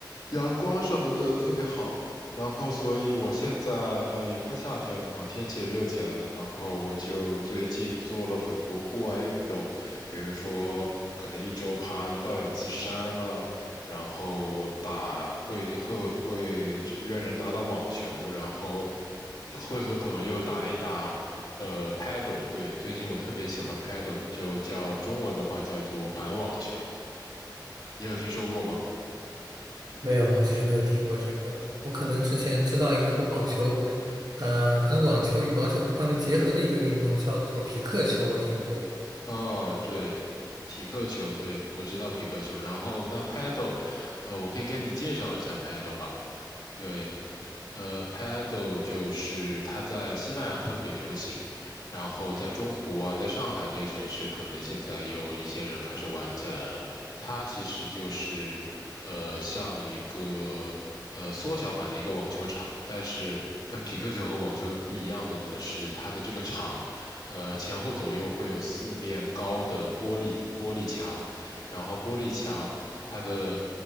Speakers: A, on the left; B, on the right.
A: 阳光什么的特别好。然后，所以我现在呃也快夏天了嘛，天气也热起来了。然后我就最近做了很多户外运动，比如说可能一周爬一到两次山啊，然后打会会会只约人打打网球，然后会和朋友打一打呃 paddle。对，最近我特别喜欢 paddle，就叫中文的话叫做板网球，你有听说过吗？
B: 没有，我其实没有听过这个。我可能之前知道一个和网球，呃，可能网球、羽毛球、乒乓球结合的一个运动叫做匹克球，我听过。
A: 啊，对，匹克球，对，我知道匹克球。然后那 paddle，呃，我可以跟你介绍一下 paddle 吧。对，呃，paddle 就是它在西班牙特别流行，然后在中国啊，在上海这些城市，可能现在也有一些人开始玩起来了。它其实就是，呃，像一个呃缩小版的一个网球场，但是跟匹克球和网球不一样的呢，是它的这个场，呃，前后左右会有四面高的玻璃玻璃墙，然后玻璃墙它的。